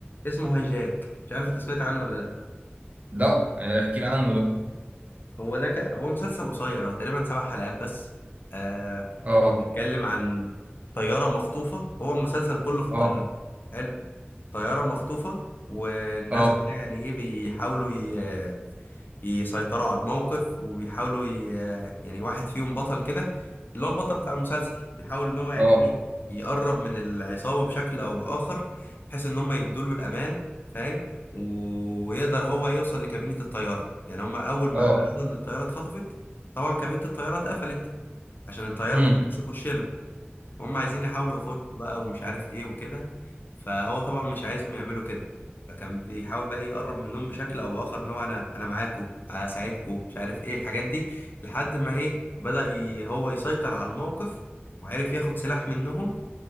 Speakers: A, on the left (about 50°); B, on the right (about 35°).
A: اسمه هاي جاك مش عارف انت سمعت عنه ولا لا
B: لا احكي لي عنه ده
A: هو ده ك... هو مسلسل قصير هو تقريبا سبع حلقات بس آه،
B: اه
A: بيتكلم عن طيارة مخطوفة هو المسلسل كله في الطيارة
B: اه
A: حلو طيارة مخطوفة والناس
B: اه
A: بقى يعني ايه بيحاولوا ي- يسيطروا على الموقف وبيحاولوا ي... يعني واحد فيهم بطل كده اللي هو البطل بتاع المسلسل بيحاول ان هو يعني
B: اه
A: ايه يقرب من العصابة بشكل او بآخر بحيث ان هم يدوله الامان فاهم ويقدر هو يوصل لكابينة الطيارة يعني هم اول ما
B: اه
A: عرفوا ان الطيارة اتخطفت طبعا كابينة الطيارة اتقفلت عشان الطيار
B: امم
A: ما حدش يخش له فهم عايزين يحاولوا يخشوا بقى ومش عارف ايه وكده فهو طبعا مش عايزهم يعملوا كده فكان بيحاول بقى إيه يقرب منهم بشكل او باخر ان هو انا انا معاكم هساعدكم مش عارف ايه الحاجات دي لحد ما ايه بدأ ي- هو يسيطر على الموقف وعرف ياخد سلاح منهم